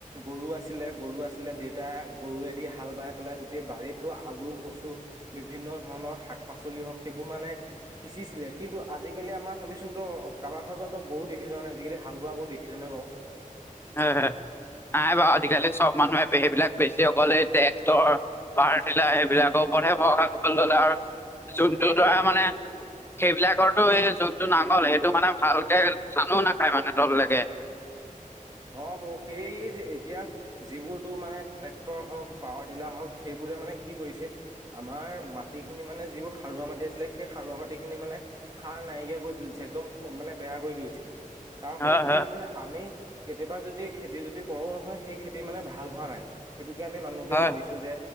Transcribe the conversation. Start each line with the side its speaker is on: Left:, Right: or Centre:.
Right: গৰু আছিলে গৰু আছিলে দেউতা গৰুেদি হাল বাই পেলাই গোটেই বাৰী আলু কচু বিভিন্ন ধৰণৰ শাক পাচলি হওক সেইবোৰ মানে সিঁচিছিলে কিন্তু আজিকালি আমাৰ চাবিোন ত অ কাৰোবাৰ ঘৰ পৰা তো গৰু দেখিছোৱা নাই আজিকালি হাল বোৱা গৰু দেখি কেনে বও
Left: হয় হয় নাই বাৰু আজিকালি চব মানুহে সেইবিলাক বেছি অকলে ট্ৰেক্টৰ পিলা সেইবিলাক ওপৰতহে ভৰশা কৰিবলৈ ললে আৰু যোনটো
Right: সেইটোৱে
Left: ধৰা মানে সেইবিলাকৰ এই যোনটো নাঙল সেইটো মানে ভালকে জানো নাখায় মানে তললৈকে
Right: অ তো সেই যে এতিয়া যিবোৰতো মানে ট্ৰেক্টৰ হওক, পাৱাৰ টিলাৰ হওক, সেইবোৰে মানে নে কি কৰিছে আমাৰ মাটি খিনি মানে যিবোৰ সাৰুৱা মাটি আছিলে সেই সাৰুৱা মাটি খিনি মানে সাৰ নাইকিয়া কৰি তুলিছে একদম মানে বেয়া কৰি তুলিছে তাৰ ফলত
Left: হয় হয়
Right: কি হৈছে আমি কেতিয়াবা যদি খেতি যদি কৰোঁ নহয়, সেই খেতি মানে ভাল হোৱা নাই। সেইটোকে আমি মানুহকে
Left: হয়
Right: ভাবিছোঁ যে